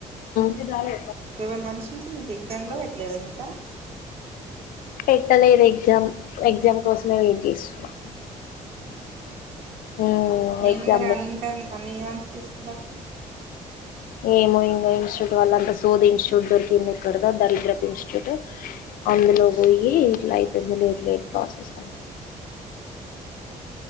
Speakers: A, on the left; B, on the right.
A: ఇది జాలే
B: సెవెన్ మంత్స్ నుంచి మీకు ఎగ్జామ్ గూడ పెట్టలేదా ఇంకా
A: పెట్టలేదు ఎగ్జామ్ ఎగ్జామ్ కోసమే వెయిట్ చేస్తున్నా
B: అవునా
A: ఉమ్
B: ఏంది
A: ఎగ్జామ్
B: మరి
A: డే
B: అంటం అన్ని ఏవన్స్ తీసుకున్నారు
A: ఏమో ఇంగా ఇన్స్టిట్యూట్ వల్ల అంత సోది ఇన్స్టిట్యూట్ దొరికింది ఇక్కడదో దరిద్రపు ఇన్స్టిట్యూట్ అందులో వోయి ఇట్లా అయితుంది లేట్ లేదు ప్రాసెస్ అ